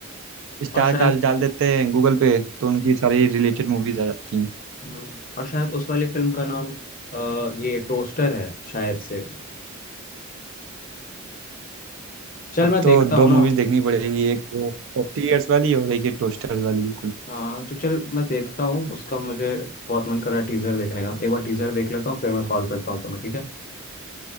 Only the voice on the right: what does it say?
स्टार
कास्ट डाल देते हैं गूगल पे तो उनकी सारी रिलेटेड मूवीज आ जाती हैं
अब
तो
दो
मूवीज
देखनी पड़ेगी एक वो फोर्टी ईयर्स वाली और एक ये टोस्टर्स वाली बिल्कुल